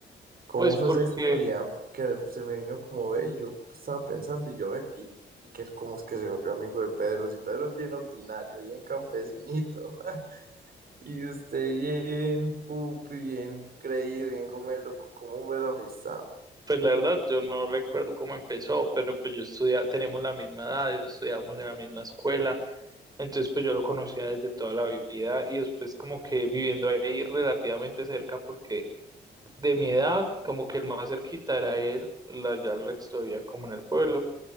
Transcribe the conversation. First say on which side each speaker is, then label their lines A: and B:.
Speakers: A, on the right; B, on the right.
A: ¿Cómo
B: Pues
A: fue
B: porque,
A: esa historia? Que se me vino como ve, yo estaba pensando y yo ve aquí, y que cómo es que se volvió amigo de Pedro, si Pedro es bien ordinario, bien campesinito, <laughs> y usted bien pupi, bien creído, bien gomelo, ¿cómo fue la amistad?
B: pues la verdad, yo no recuerdo cómo empezó, pero pues yo estudia, tenemos la misma edad, estudiamos en la misma escuela, entonces pues yo lo conocía desde toda la vida y después como que viviendo ahí relativamente cerca porque de mi edad, como que el más cerquita era él, la, ya el resto vivían como en el pueblo